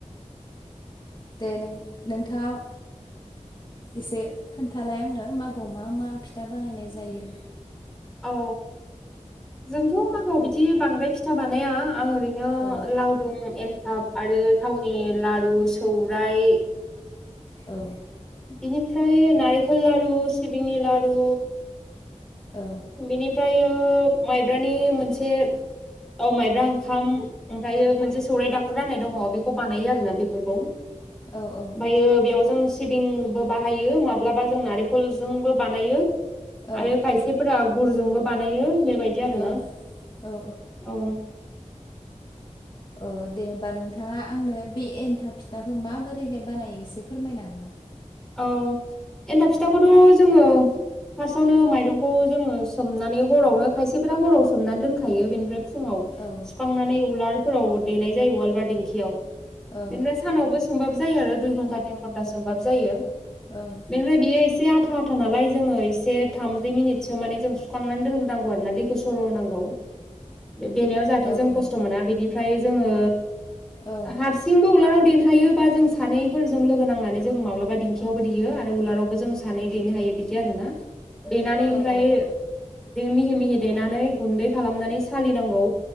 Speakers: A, on the left; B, in the centre.
A: दे नों नोंथाङाव एसे खोनथालाय आंनो मागोआव मा मा फिथा बानायनाय जायो।
B: औ जोंथ' मागोआव बिदि बांद्राय फिथा बानाया आं ओरै दिनो
A: औ
B: लावदुम, एन्थाब आरो थावनि लारु, सौराय
A: औ
B: इनिफ्राय नारेंखल लारु सिबिंनि लारु
A: औ
B: बेनिफ्राय माइब्रानि मोनसे औ माइब्रा ओंखाम ओमफ्रायो मोनसे सौराइ दाखुरा होननाय दङ बेखौ बानायो आरोना बेफोरखौ। ओमफायो
A: औ औ
B: बेयाव जों सिबिंबो बाहायो, माब्लाबा जों नारेंखलजोंबो बानायो।
A: औ
B: आरो खायसे फोरा गुरजोंबो बानायो बेबायदि आरोना।
A: औ औ
B: औ
A: ओ दे होमबा नोंथाङा आंनो बे एनथाब फिथाखौ माबोरैहाय बानायो। एसे फोरमायनो हागोन ना?
B: औ एन्थाब फिथाखौथ' जोङो फार्स्टआवनो माइरंखौ जोङो सोमनानै हरावनो खायसेफोरा हराव सोमनानै दोनखायो बेनिफ्राय फुङाव
A: औ
B: सुखांनानै उलार फोराव देनाय जायो वालबार दिंखियाव
A: औ
B: बेनिफ्राय सानावबो होमबाबो जायो आरो दुइ घन्टा तिन घन्टा सोमबाब जायो।
A: औ नोंथां
B: बेनिफ्राय बियो एसे आथा आथा नालाय जोङो एसे थामजि मिनिटसो माने जों सुखांनानै दोनग्रो नांगौ आरोना दैखौ सर' होनांगौ। देनायाव जाहाथे
A: औ
B: जों खस्थ'
A: औ
B: मोना। बेनिफ्राय जोङो
A: औ
B: हारसिंबो उलाराव देनो हायो बा जों सानैफोरजों लोगो नांनानै जों माब्लाबा दिं खियावबो देयो आरो उलारावबो जों सानै देनो हायो बिदि आरोना। देनानै ओमफ्राय
A: औ औ
B: दे मिहि मिहि देनानै गुन्दै खालामनानै सालिनांगौ।